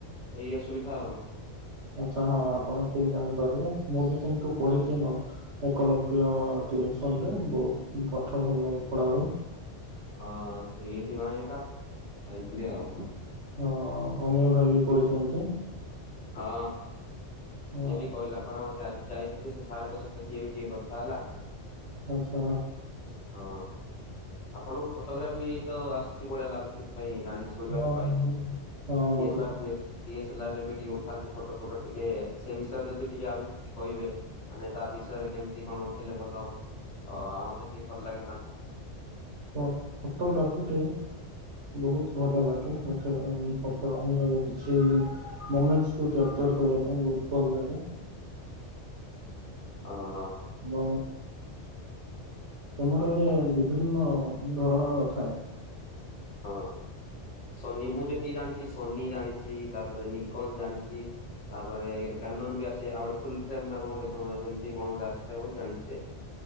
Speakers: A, on the left; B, on the right.
A: ସେଇ ଅସୁବିଧା ଆଉ।
B: ଆଚ୍ଛା ହଁ ଆପଣ ଠିକ ଜାଣିପାରିଲେ ମୁଁ ବି କିନ୍ତୁ ପଢିଛି ଏକଲବ୍ୟ ଟିଉସନ ରେ ବହୁତ ପାଠ ଭଲ ପଢା ହୁଏ।
A: ହଁ ସେଇଥିପାଇଁ ଏକା ଯାଇଥିଲି ଆଉ।
B: ହଁ ଅମିୟ ଭାଇ ବି ପଢିଛନ୍ତି।
A: ହଁ
B: ଅ,
A: ସେ ବି କହିଲା ପରା ମତେ ଆଜି। ଯାଇଥିଲୁ ଯେ ସେ ସାରଙ୍କ ସହିତ ସିଏ ବି ଟିକେ କଥା ହେଲା।
B: ଆଚ୍ଛା।
A: ହଁ ଆପଣଙ୍କୁ ଫଟୋଗ୍ରାଫି ତ ଆସୁଛି ଭଳିଆ ଲାଗୁଛି ମୋ କାଇଁ ଜାଣି ଶୁଣିବାକୁ
B: ହଁ
A: ପାଇଥିଲୁ।
B: ହଁ, ମତେ
A: <unintelligible> ଟିକେ ଉଠାନ୍ତି ଫଟୋ ଫଟୋ ଟିକେ ସେ ବିଷୟରେ ଯଦି ଟିକେ ଆମକୁ କିଛି କହିବେ ମାନେ ତା ବିଷୟରେ କେମିତି କଣ ଉଠିଲେ ଭଲ ହବ ମତେ ଟିକେ ଭଲ ଲାଗିଥାନ୍ତା।
B: ଫୋ ଫୋଟୋଗ୍ରାଫି ଟେ ବହୁତ ଭଲ ଲାଗେ ଏଠି ଅନ୍ୟ କିଛି ମୁମେଣ୍ଟସକୁ ଉଠେଇବା ପାଇଁ। କରିବା ପାଇଁ ବହୁତ ଭଲ ଲାଗେ।
A: <inaudible> ହଁ
B: ହଁ। କ୍ୟାମେରାରେ ବିଭିନ୍ନ ଧରଣର ଥାଏ।
A: ହଁ ସୋନି ମୁଁ ଯେତିକି ଜାଣିଛି ସୋନି ଜାଣିଛି ତାପରେ ନିକନ ଜାଣିଛି ତାପରେ କାନନ ବି ଆସେ ଆଉ ଗୋଟେ ଫୁଲ ଫ୍ରେମ ନା କଣ ଗୋଟେ ସେମିତି କଣ ଗୋଟେ ଆସିଥାଏ ବୋଲି ଜାଣିଛି ଯେ